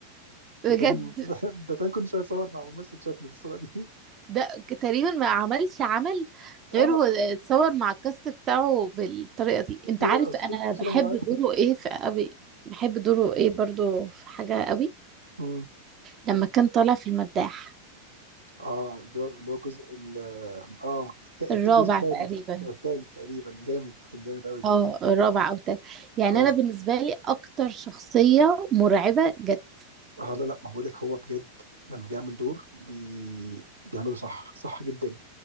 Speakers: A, on the right; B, on the right.
A: بجد
B: ده كان ده كان كل شويه صور مع ممثل شكل بالصوره دي
A: ده تقريبا ما عملش عمل
B: اه
A: غير واتصور مع الكاست بتاعه بالطريقة دي انت
B: صوره
A: عارف انا بحب
B: صوره مرعبه
A: دوره ايه في قوي بحب دوره ايه برضو في حاجة قوي
B: مم.
A: لما كان طالع في المداح
B: اه ده اللي هو الجزء ال- اه الت- الت-
A: الرابع
B: الجزء الثالث
A: تقريبا
B: الثالث تقريبا جامد كان جامد قوي
A: اه الرابع او تالت يعني
B: اه
A: انا بالنسبة لي اكتر شخصية مرعبة جت
B: اه لا لا ما بقولك هو بجد لما بيعمل دور بي... بيعمله صح صح جدا